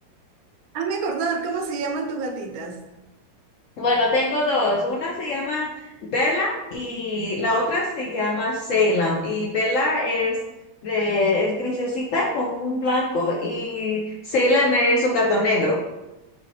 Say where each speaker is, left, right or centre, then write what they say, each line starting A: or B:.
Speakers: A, on the right; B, on the left.
A: Hazme acordar, ¿cómo se llaman tus gatitas?
B: Bueno, tengo dos. Una se llama Bella y la otra se llama Salem. Y Bella es de, es grisecita con un blanco y Salem es un gato negro.